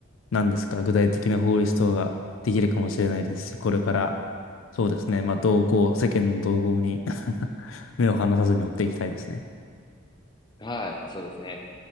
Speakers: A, on the left; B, on the left.
A: 何ですか、具体的な法律等ができるかもしれないですし、これから、そうですね。まあ同行、世間の動向に <laughs> 目を離さずに追っていきたいですね。
B: はい。そうですね。